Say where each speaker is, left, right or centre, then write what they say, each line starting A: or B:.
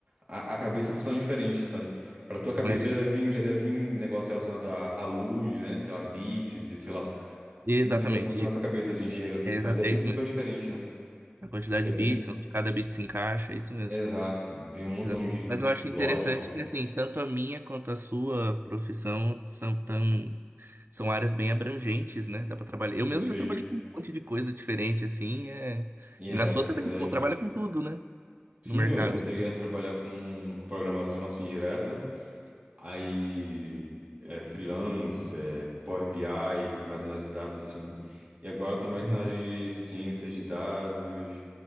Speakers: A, on the right; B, on the right.
A: A, a cabeça funciona diferente, sabe? Pra tua cabeça
B: imagina.
A: já deve vir, já deve vir um negócio relacionado à à luz, né? Sei lá, bits, e sei lá.
B: Exatamente.
A: Não sei como é que funciona a sua cabeça de engenheiro, assim,
B: É, exa-
A: mas deve
B: é
A: ser
B: isso
A: super
B: mesmo.
A: diferente, né?
B: A quantidade
A: Deve...
B: de bits, onde cada bit se encaixa, é isso mesmo.
A: Exato, vem um montão
B: Exatamente.
A: de,
B: Mas eu acho
A: de
B: interessante
A: lógica,
B: que, assim, tanto a minha quanto a sua profissão são tão, são áreas bem abrangentes, né? Dá para trabalhar. Eu mesmo
A: perfeito.
B: já trabalhei com um monte de coisa diferente, assim, é...
A: E
B: E
A: é,
B: na sua
A: pior
B: também,
A: que é verdade.
B: pô, trabalha com tudo, né?
A: Sim,
B: No mercado.
A: eu já teria a trabalhar com, com programação assim direta, aí é, freelance, é, Power BI, que é mais análise de dados assim. E agora eu tô mais
B: Uhum.
A: na área de ciências de dados,